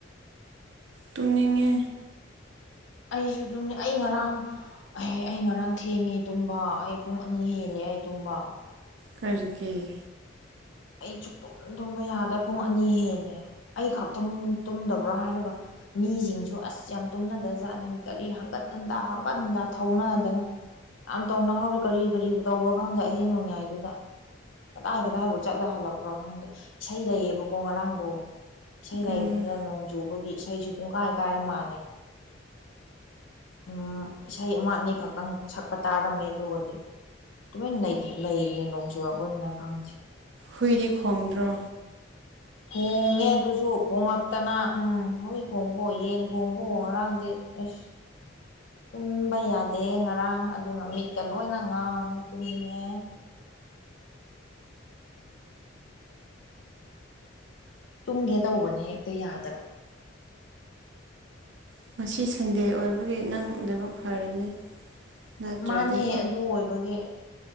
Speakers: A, on the right; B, on the left.
A: ꯇꯨꯅꯤꯡꯉꯦ
B: ꯑꯩꯁꯨ ꯑꯗꯨꯝꯅꯦ ꯑꯩ ꯉꯔꯥꯡ ꯑꯦꯍ ꯑꯩ ꯉꯔꯥꯡ ꯊꯦꯡꯉꯦ ꯇꯨꯝꯕ ꯑꯩ ꯄꯨꯡ ꯑꯅꯤ ꯍꯦꯜꯂꯦ ꯑꯩ ꯇꯨꯝꯕ
A: ꯀꯀꯦ
B: ꯑꯩꯁꯨꯨ ꯇꯨꯝ ꯇꯨꯝꯕ ꯌꯥꯗ꯭ꯔ ꯄꯨꯡ ꯑꯅꯤ ꯍꯦꯂ ꯑꯩ ꯈꯛꯇꯪ ꯇꯨꯝꯗꯕ꯭ꯔꯣ ꯍꯥꯏꯔꯒ ꯃꯤꯁꯤꯡꯁꯨ ꯑꯁ ꯌꯥꯝ ꯇꯨꯝꯅꯗꯖꯥꯠꯅꯩ ꯀꯒꯥꯔꯤ ꯍꯟꯒꯠ ꯍꯟꯇꯥ ꯄꯟꯗ ꯊꯧꯅꯗꯅ ꯌꯥꯝ ꯇꯧꯅꯍꯧꯔꯤ ꯀꯔꯤ ꯀꯔꯤꯕ ꯇꯧꯕ꯭ꯔꯣ ꯈꯪꯗꯦ ꯑꯍꯤꯡ ꯅꯣꯡꯌꯥꯏꯗꯨꯗ ꯀꯗꯥꯏ ꯀꯗꯥꯏꯠ ꯆꯠꯂ ꯍꯜꯂꯛꯄ꯭ꯔꯥ ꯈꯪꯗꯦ ꯏꯁꯩ ꯂꯩꯌꯦꯕꯀꯣ ꯉꯔꯥꯡꯗꯣ ꯏꯁꯩ ꯂꯩꯕꯗꯨꯗ
A: ꯎꯝ
B: ꯅꯣꯡ ꯆꯨꯕꯒꯤ ꯏꯁꯩꯁꯨ ꯄꯨꯡꯀꯥꯏ ꯀꯥꯏꯔ ꯃꯥꯜꯂꯦ ꯎꯝ ꯏꯁꯩ ꯑꯃ ꯑꯅꯤ ꯈꯛꯇꯪ ꯁꯛꯄ ꯇꯥꯔꯝꯃꯦ ꯑꯗꯨꯒꯗꯤ ꯑꯗꯨꯃꯥꯏꯅ ꯂꯩꯈ꯭ꯔꯦ ꯅꯣꯡ ꯆꯨꯔꯛꯄꯅꯤꯅ ꯈꯪꯗꯦ
A: ꯍꯨꯏꯗꯤ ꯈꯣꯡꯗ꯭ꯔꯣ
B: ꯈꯣꯡꯉꯦ ꯑꯗꯨꯁꯨ ꯈꯣꯡꯂꯛꯇꯅ ꯎꯝ ꯍꯨꯏ ꯈꯣꯡꯕ ꯌꯦꯟ ꯈꯣꯡꯕ ꯉꯔꯥꯡꯗꯤ ꯑꯁ ꯇꯨꯝꯕ ꯌꯥꯗꯦ ꯉꯔꯥꯡ ꯑꯗꯨꯅ ꯃꯤꯠꯀ ꯂꯣꯏꯅ ꯉꯥꯡꯉꯦ ꯇꯨꯝꯅꯤꯡꯉꯦ ꯇꯨꯝꯒꯦ ꯇꯧꯕꯅꯦ ꯍꯦꯛꯇ ꯌꯥꯗꯕ
A: ꯉ ꯁꯟꯗꯦ ꯑꯣꯏꯕꯒꯤ ꯅꯪ ꯂꯥꯏꯕꯛ ꯐꯔꯤꯅꯤ ꯅꯠꯇ꯭ꯔꯗꯤ
B: ꯃꯥꯅꯦ ꯑꯗꯨ ꯑꯣꯏꯕꯒꯤ